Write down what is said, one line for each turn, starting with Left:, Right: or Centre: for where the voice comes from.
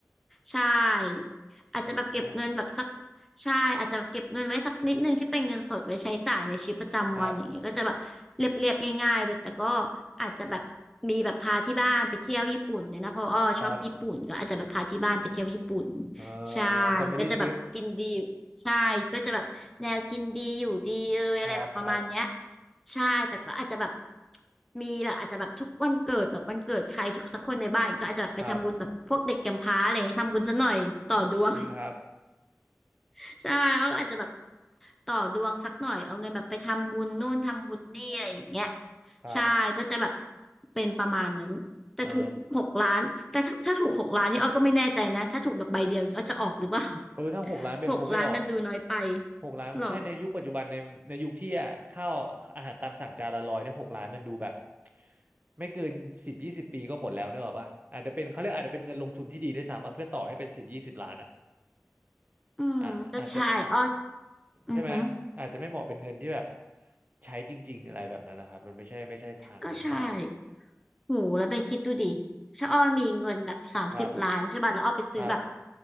Centre: ใช่อาจจะแบบเก็บเงินแบบสัก
Right: ว้าว
Centre: ใช่อาจจะแบบเก็บเงินไว้สักนิดนึงที่เป็นเงินสดไว้ใช้จ่ายในชีวิตประจำวันอย่างเงี้ยก็จะแบบเรียบๆง่ายๆเลยแต่ก็
Right: ครับ
Centre: อาจจะแบบมีแบบพาที่บ้านไปเที่ยวญี่ปุ่นเนี่ยนะเพราะอ้อชอบญี่ปุ่นก็อาจจะแบบพาที่บ้านไปเที่ยวญี่ปุ่น
Right: ครับเอ่
Centre: ใช่
Right: อ family
Centre: ก็จะแบบกินดี
Right: trip
Centre: ใช่ก็จะแบบแนวกินดีอยู่ดีเลยอะไรแบบประมาณเนี้ย
Right: ครับครับ
Centre: ใช่แต่ก็อาจจะแบบมีแบบอาจจะแบบทุกวันเกิดแบบวันเกิดใครทุกสักคนในบ้านก็อาจจะแบบไปทำบุญแบบพวกเด็กกำพร้าอะไรเงี้ยทำบุญซะหน่อยต่อดวง
Right: ครับจริงครับ
Centre: <laughs> ใช่เขาอาจจะแบบต่อดวงสักหน่อยเอาเงินแบบไปทำบุญนู่นทำบุญนี่อะไรอย่างเงี้ย
Right: ครับ
Centre: ใช่ก็จะแบบเป็นประมาณนั้นแต่ถูกหกล้านแต่ถ้าถ้าถูกหกล้านนี่อ้อก็ไม่แน่ใจนะถ้าถูกแบบใบเดียวนี่อ้อจะออกหรือเปล่า
Right: เอ่อโอ้ยถ้าหกล้านเป็นคงไม่ออก
Centre: <laughs> หกล้านมันดูน้อยไป
Right: หกล้านใช่ในยุคปัจจุบันในในยุคที่อะข้าวอาหารตามสั่งจานละร้อยเนี่ยหกล้านมันดูแบบ
Centre: หรอ
Right: ไม่เกินสิบยี่สิบปีก็หมดแล้วเนกอะป่ะอาจจะเป็นเขาเรียกอาจจะเป็นเงินลงทุนที่ดีด้วยซ้ำมาเพื่อต่อให้เป็นสิบยี่สิบล้านอะ
Centre: อืมก็ใช่อ้อ
Right: อ่ะอาจจะ
Centre: อือฮึ
Right: ใช่ไหมอาจจะไม่เหมาะเป็นเงินที่แบบใช้จริงๆอะไรแบบนั้นนะครับมันไม่ใช่ไม่ใช่ทางเป็นเท่าไหร่
Centre: ก็ใช่ โหแล้วเป็นคิดดูดิถ้าอ้อมีเงินแบบสามสิบล้านใช่ป่ะแล้วอ้อไปซื้อแบบ
Right: ครับครับ